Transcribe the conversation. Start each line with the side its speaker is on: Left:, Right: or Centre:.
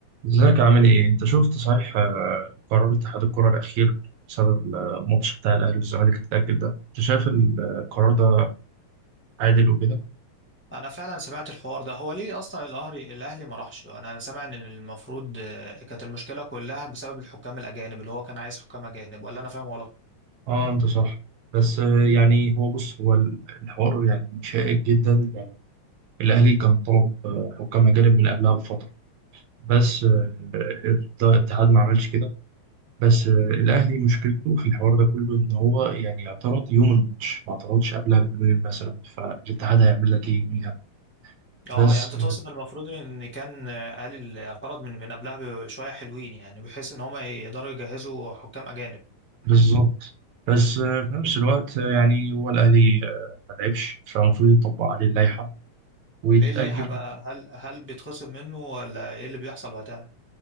Right: ازيك عامل ايه؟ انت شفت صحيح قرار اتحاد الكرة الأخير بسبب الماتش بتاع الأهلي والزمالك اللي اتأجل ده؟ انت شايف القرار ده عادل وكده؟
Centre: انا فعلا سمعت الحوار ده هو ليه اصلا الاهلي الاهلي ما راحش انا سامع ان المفروض آه، كانت المشكله كلها بسبب الحكام الاجانب اللي هو كان عايز حكام اجانب ولا انا فاهم غلط
Right: اه انت صح بس آه، يعني هو بص هو ال- الحوار يعني شائك جدا يعني الأهلي كان طلب آه، حكام أجانب من قبلها بفترة بس آه، الاتحاد ما عملش كده بس آه، الأهلي مشكلته في الحوار ده كله إن هو يعني اعترض يوم الماتش ما اعترضش قبلها بيومين مثلا فالاتحاد هيعمل لك ايه يوميها؟
Centre: اه
Right: بس
Centre: يعني انت تقصد المفروض ان كان آه، قال ال- اعترض من من قبلها بشويه حلوين يعني بحيث ان هم يقدروا يجهزوا حكام اجانب
Right: بالظبط بس آه، في نفس الوقت آه، يعني هو الأهلي آه، ما لعبش فالمفروض يطبق عليه اللائحة ويتأجل
Centre: ايه اللائحه بقى هل هل بيتخصم منه ولا ايه اللي بيحصل وقتها